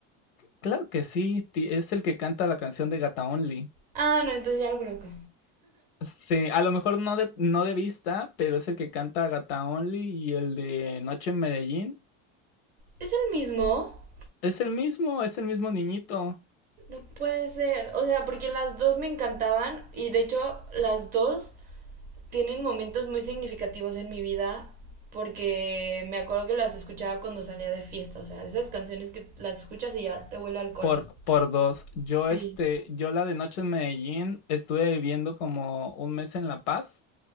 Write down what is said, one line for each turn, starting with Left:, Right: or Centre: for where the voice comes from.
Left: Claro que sí, ti- es el que canta la canción de Gata Only.
Right: Ah, no, entonces ya lo conozco.
Left: Sí, a lo mejor no de, no de vista, pero es el que canta Gata Only y el de Noche en Medellín.
Right: ¿Es el mismo?
Left: Es el mismo, es el mismo niñito.
Right: No puede ser. O sea, porque las dos me encantaban y de hecho las dos tienen momentos muy significativos en mi vida porque me acuerdo que las escuchaba cuando salía de fiesta. O sea, esas canciones que las escuchas y ya te huele a alcohol,
Left: Por,
Right: ¿no?
Left: por dos. Yo,
Right: Sí.
Left: este, yo la de Noche en Medellín estuve viviendo como un mes en La Paz.